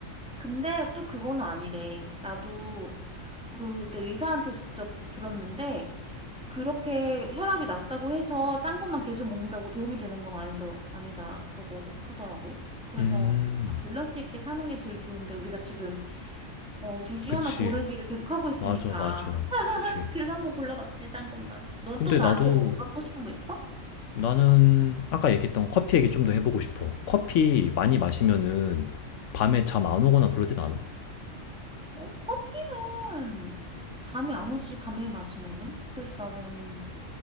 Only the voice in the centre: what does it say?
근데 또 그거는 아니래. 나도 그때 의사한테 직접 들었는데, 그렇게 혈압이 낮다고 해서 짠 것만 계속 먹는다고 도움이 되는 건 아니더, 아니다라고 하더라고. 그래서
그냥 밸런스 있게 사는 게 제일 좋은데, 우리가 지금 어, 둘 중에
하나 고르기를 계속 하고 있으니까.
<laughs>
그래서 한번 골라봤지, 짠 것만. 넌
또 나한테
뭐 물어보고 싶은 거 있어?
어, 커피는 잠이 안 오지, 밤에 마시면은. 그래서 나는